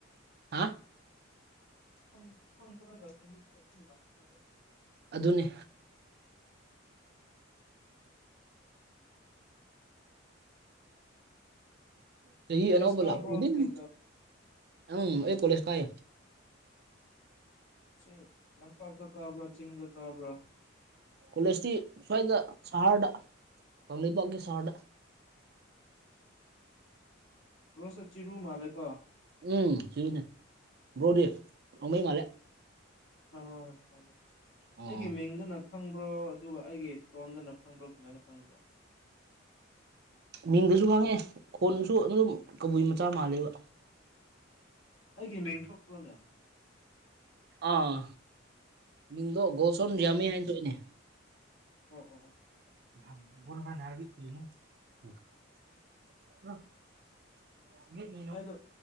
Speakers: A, on the right; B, on the left.
A: ꯍꯥ
B: ꯈꯣ ꯈꯪꯗ꯭ꯔꯒ ꯆꯍꯤꯁꯦ ꯑꯗꯨꯝ ꯂꯥꯛꯄꯅꯦꯕ
A: ꯑꯗꯨꯅꯦ ꯆꯍꯤ
B: ꯀꯣꯂꯦꯖ
A: ꯑꯅꯧꯕ
B: ꯀꯥꯕ꯭ꯔꯣ
A: ꯂꯥꯛꯄ ꯈꯨꯗꯤꯡ
B: ꯀꯔꯤ
A: ꯎꯝ ꯑꯩ ꯀꯣꯂꯦꯁ ꯀꯥꯏ
B: ꯁꯤ ꯂꯝꯄꯥꯛꯇ ꯀꯥꯕ꯭ꯔꯥ ꯆꯤꯡꯗ ꯀꯥꯕ꯭ꯔꯥ
A: ꯀꯣꯂꯦꯖꯇꯤ ꯁ꯭ꯋꯥꯏꯗ ꯁꯍꯔꯗ ꯀꯪꯂꯩꯄꯥꯛꯀꯤ ꯁꯍꯔꯗ
B: ꯕ꯭ꯔꯣꯁꯦ ꯆꯤꯔꯨ ꯃꯥꯜꯂꯦꯀꯣ
A: ꯎꯝ ꯆꯤꯔꯨꯅꯦ ꯕ꯭ꯔꯣꯗꯤ <unintelligible> ꯃꯥꯜꯂꯦ
B: ꯍꯣ ꯍꯣ ꯍꯣꯏ ꯃꯥꯅꯦ
A: ꯑꯣ
B: ꯑꯩꯒꯤ ꯃꯤꯡꯗꯨꯅ ꯈꯪꯕ꯭ꯔꯣ ꯑꯗꯨꯒ ꯑꯩꯒꯤ ꯇꯣꯟꯗꯅ ꯈꯪꯕ꯭ꯔꯣ ꯀꯃꯥꯏꯅ ꯈꯪꯕ꯭ꯔꯣ
A: ꯃꯤꯡꯗꯁꯨ ꯈꯪꯉꯦ ꯈꯣꯟꯁꯨ ꯑꯗꯨꯝ ꯀꯕꯨꯏ ꯃꯆꯥ ꯃꯥꯜꯂꯦꯕ
B: ꯑꯩꯒꯤ ꯃꯤꯡ ꯊꯣꯛꯄ꯭ꯔꯣꯅꯦ
A: ꯑꯥ ꯃꯤꯡꯗꯣ ꯒꯣꯜꯁꯣꯟ
B: ꯀꯃꯥꯏꯅ
A: ꯔꯤꯌꯥꯃꯤ ꯍꯥꯏꯅ ꯊꯣꯛꯏꯅꯦ
B: ꯑꯣ ꯑꯣ ꯑꯣ ꯍꯣꯏ
A: <unintelligible>
B: ꯍꯣꯏ ꯎꯝ
A: <unintelligible>
B: ꯑꯩꯗꯣ